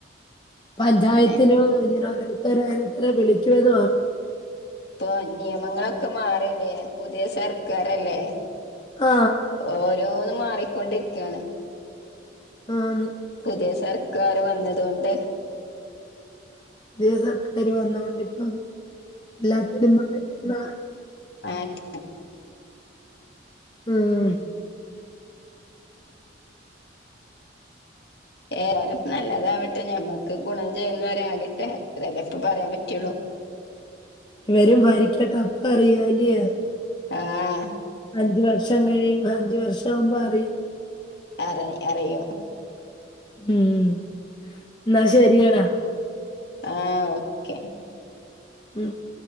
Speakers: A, on the left; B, on the left.
A: പഞ്ചായത്തിനോ
B: ഏഹ്
A: ഇങ്ങനെ ഓരോരുത്തര ഓരോരുത്തര വിളിക്കുവന്ന് പറഞ്ഞ
B: ഇപ്പൊ നിയമങ്ങളൊക്കെ മാറല്ലേ പുതിയ സർക്കാരല്ലേ
A: ആ.
B: ഓരോന്ന് മാറിക്കൊണ്ടിരിക്കയാണ്
A: ആണ്
B: പുതിയ സർക്കാർ വന്നതോണ്ട്
A: പുതിയ സർക്കാർ വന്നൊണ്ട് ഇപ്പം എല്ലാത്തിലും മാറ്റങ്ങൾ
B: മാറ്റം
A: ഉം
B: ഏതാലും നല്ലതാവട്ടെ ഞമ്മക്ക് ഗുണം ചെയ്യുന്നവരാകട്ടെ അത്രല്ല ഇപ്പ പറയാൻ പറ്റുള്ളൂ
A: ഇവരും ഭരിക്കട്ട അപ്പ അറിയാലോ
B: ആഹ്
A: അഞ്ച് വർഷം കഴിയുമ്പം അഞ്ച് വർഷം ആവുമ്പോ അറിയ
B: അറി അറിയും
A: ഉം ഇന്നാ ശരിയടാ
B: ആഹ് ഓക്കെ
A: ഉം